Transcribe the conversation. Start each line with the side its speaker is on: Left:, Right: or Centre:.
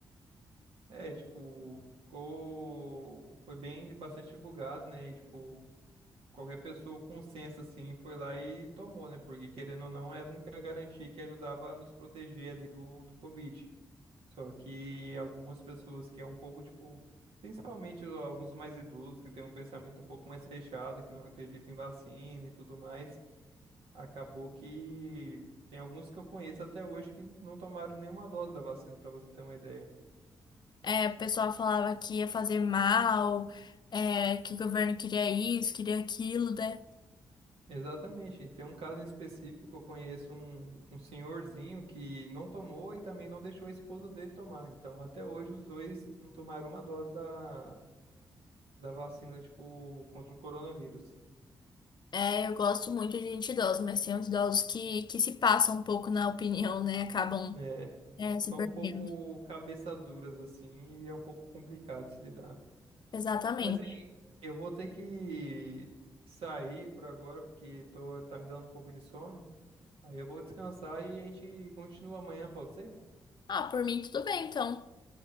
Right: É, tipo, ficou... foi bem, bastante divulgado, né? E, tipo, qualquer pessoa com senso assim foi lá e tomou, né? Porque querendo ou não, era a única garantia que ajudava a nos proteger ali do, do Covid. Só que algumas pessoas que é um pouco tipo, principalmente o- alguns mais idosos que têm um pensamento um pouco mais fechado, que não acreditam em vacina e tudo mais, acabou que tem alguns que eu conheço até hoje que não tomaram nenhuma dose da vacina, para você ter uma ideia.
Left: É, o pessoal falava que ia fazer mal, é, que o governo queria isso, queria aquilo, né?
Right: Exatamente. E Tem um caso em específico que eu conheço um, um senhorzinho que não tomou e também não deixou a esposa dele tomar. Então, até hoje, os dois não tomaram uma dose da, da vacina, tipo, contra o coronavírus.
Left: É, eu gosto muito de gente idosa, mas tem uns idosos que, que se passam um pouco na opinião, né, acabam,
Right: É,
Left: é, se
Right: são
Left: perdendo.
Right: um pouco cabeça duras, assim, e é um pouco complicado de se lidar.
Left: Exatamente.
Right: Mas, hein, eu vou ter que sair por agora, porque tô, tá me dando um pouco de sono. Aí eu vou descansar e a gente continua amanhã, pode ser?
Left: Ah, por mim tudo bem, então.